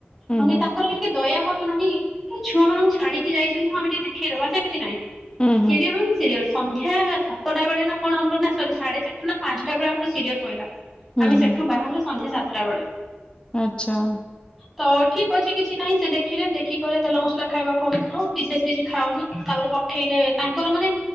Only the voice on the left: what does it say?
ହୁଁ
ହୁଁ
ହୁଁ
ହୁଁ
ହୁଁ
ଆଚ୍ଛା ଆଉ।